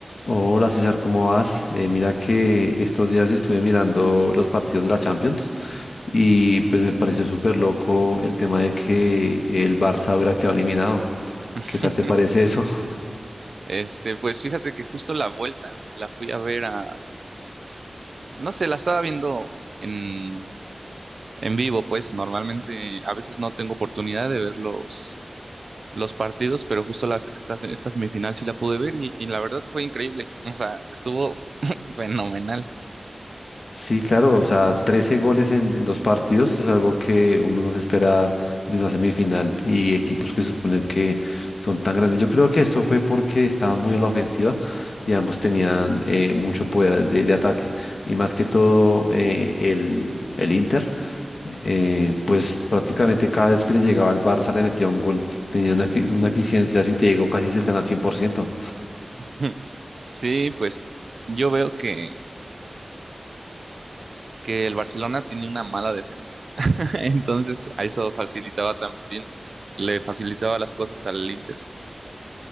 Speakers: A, on the left (about 70°); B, on the right (about 70°).
A: Hola César, ¿cómo vas? Eh, mira que estos días estuve mirando los partidos de la Champions y
B: Mm.
A: pues me pareció súper loco el tema de que el Barça hubiera quedado eliminado.
B: <laughs>
A: ¿Qué tal te parece eso? <laughs>
B: Este, pues fíjate que justo la vuelta la fui a ver a, no sé, la estaba viendo en, en vivo, pues normalmente a veces no tengo oportunidad de ver los, los partidos, pero justo las, esta, esta semifinal sí la pude ver y, y la verdad fue increíble, o sea, estuvo <laughs> fenomenal.
A: Sí, claro, o sea, 13 goles en, en dos partidos es algo que uno no se espera de una semifinal y equipos que se supone que son tan grandes. Yo creo que esto fue porque estaban muy a la ofensiva y ambos tenían eh, mucho poder de, de ataque y más que todo eh, el, el Inter. eh, pues prácticamente cada vez que le llegaba al Barça le metía un gol. Tenía una, efi- una eficiencia, si te digo, casi cercana al cien por ciento
B: <laughs> Sí, pues yo veo que, que el Barcelona tiene una mala defensa, <laughs> entonces a eso facilitaba también, le facilitaba las cosas al Inter.